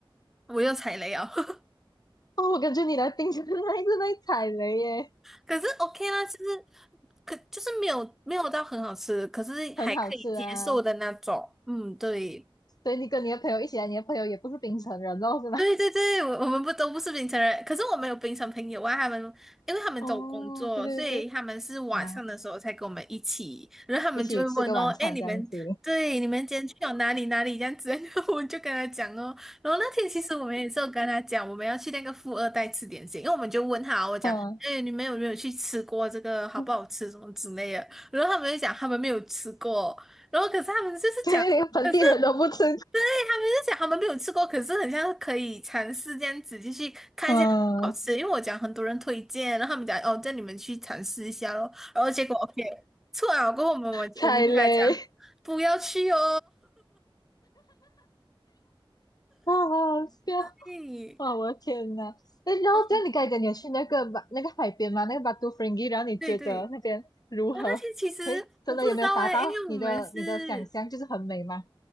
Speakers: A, in the centre; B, on the left.
A: 我又踩雷啊，<laughs>
B: 哦，我感觉你来槟城那一次被踩雷耶，
A: 可是 OK 啦，其实可就是没有没有到很好吃，可是还可以接受的那种。
B: 很好吃啊。
A: 嗯，对。
B: 所以你跟你的朋友一起来，你的朋友也不是槟城人哦，是吧？
A: 对对对，我我们不都不是槟城人，可是我们有槟城朋友啊，他们因为他们都有工作，
B: 哦，对对对。
A: 所以他们是晚上的时候才跟我们一起，
B: 啊，
A: 然后他们就会问哦，
B: 一起吃个晚餐这样子。
A: 哎，你们对你们今天去了哪里哪里这样子，<laughs> 然后我就跟他讲哦，然后那天其实我们也是有跟他讲，我们要去那个富二代吃点心，因为我们就问他，我讲，
B: 嗯，
A: 哎，你们有没有去吃过这个好不好吃什么之类的，
B: <laughs>
A: 然后他们就讲他们没有吃过，然后可是他们就是讲。
B: 对，连本地人都不吃
A: 可是。对他们就讲他们没有吃过，可是很像可以尝试这样子，就去看一下好吃。
B: <laughs>，嗯，
A: 因为我讲很多人推荐，然后他们讲哦，叫你们去尝试一下咯。然后结果 <laughs> OK 错了，过后我们我我们就跟他讲
B: 踩雷，
A: 不要去哦。
B: 啊，好好笑，
A: <laughs> 嘿
B: 啊！我的天呐！哎，然后这样你刚才讲你有去那个巴那个海边吗？
A: 哦，
B: 那个巴都弗 n g 然后你觉得那边如何？
A: 对对，哦，那天其实我不知道哎，
B: 会真的有没有达到你的你的想象？
A: 因为我们是
B: 就是很美吗？